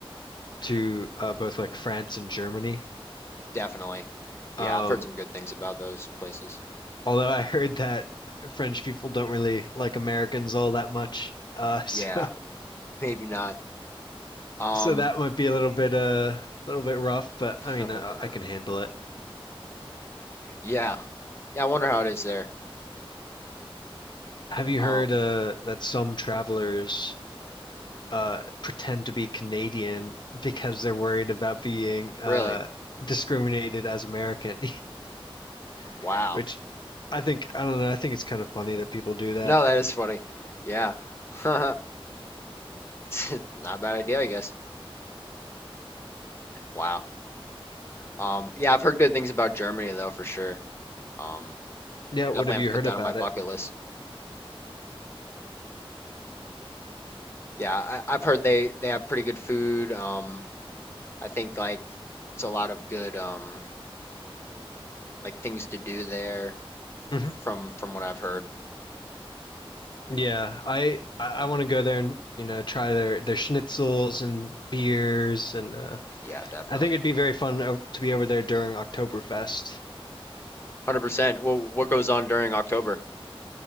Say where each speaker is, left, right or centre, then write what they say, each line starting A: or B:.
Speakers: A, on the left; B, on the left.
A: to uh, both like France and Germany.
B: definitely. Yeah,
A: Um,
B: I've heard some good things about those places.
A: Although I heard that French people don't really like Americans all that much. Uh, <laughs> so
B: Yeah, maybe not. Um,
A: so that might be a little bit uh, a little bit rough, but
B: <laughs>
A: I mean I, I can handle it.
B: yeah, yeah. I wonder how it is there.
A: Have you
B: Um,
A: heard uh, that some travelers uh, pretend to be Canadian <laughs> because they're worried about being uh,
B: really?
A: discriminated as American? <laughs>
B: Wow.
A: Which I think I don't know. I think it's kind of funny that people do that.
B: No, that is funny. Yeah, <laughs> It's not a bad idea, I guess. <laughs> Wow. Um, yeah, I've heard good things about Germany though, for sure. Um,
A: Yeah, what
B: definitely
A: have
B: have
A: you
B: to put
A: heard
B: that
A: about
B: on my bucket
A: it?
B: list. Yeah, I, I've heard they they have pretty good food. Um, I think like there's a lot of good um like things to do there
A: Mm-hmm.
B: f- from from what I've heard.
A: Yeah, I I want to go there and you know try their their schnitzels and beers and uh,
B: Yeah, definitely.
A: I think it'd be very fun o- to be over there during Oktoberfest.
B: 100%. Well, what goes on during October?